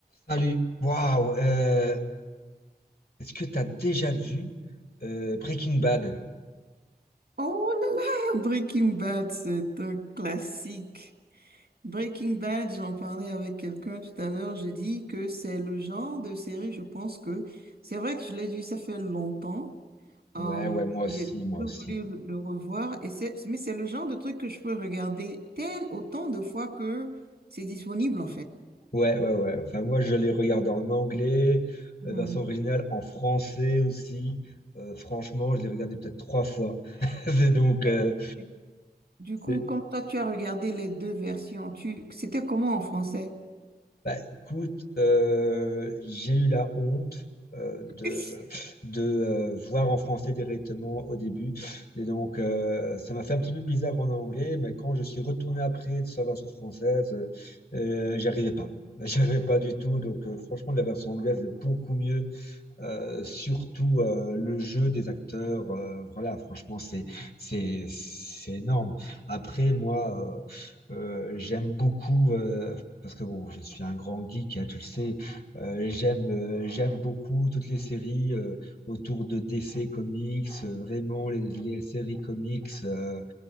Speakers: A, on the left; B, on the right.
A: Salut. Waouh. euh, Est-ce que tu as déjà vu euh, Breaking Bad?
B: Oh là là, Breaking Bad, c'est un classique. Breaking Bad, j'en parlais avec quelqu'un tout à l'heure, j'ai dit que c'est le genre de série, je pense que c'est vrai que je l'ai vu, ça fait longtemps. Mm.
A: Ouais,
B: Hum,
A: ouais, moi aussi,
B: j'ai
A: moi
B: toujours
A: aussi.
B: voulu le le revoir, et c'est, mais c'est le genre de truc que je peux regarder tel autant de fois que c'est disponible en fait.
A: Ouais, ouais, ouais. Enfin, moi, je l'ai regardé en anglais,
B: Mhm.
A: euh, version originale, en français aussi. Euh, franchement, je l'ai regardé peut-être trois fois. <laughs> C'est donc,
B: Mais
A: euh,
B: Du du
A: c'est
B: coup, comme toi, tu as regardé les deux versions, tu, c'était comment en français?
A: Bah, écoute, euh, j'ai eu la honte euh,
B: <laughs>
A: de, de euh, voir en français directement au début. Et donc, euh, ça m'a fait un petit peu bizarre en anglais, mais quand je suis retourné après de sa version française, euh, euh, j'y arrivais pas. <laughs> J'y arrivais pas du tout. Donc, euh, franchement, la version anglaise est beaucoup mieux euh, surtout euh, le jeu des acteurs, euh, voilà, franchement, c'est c'est c'est énorme. Après, moi, euh, euh, j'aime beaucoup euh, parce que bon, je suis un grand geek, hein, tu le sais. euh, j'aime euh, j'aime beaucoup toutes les séries euh, autour de DC Comics, euh, vraiment les, les séries comics, euh,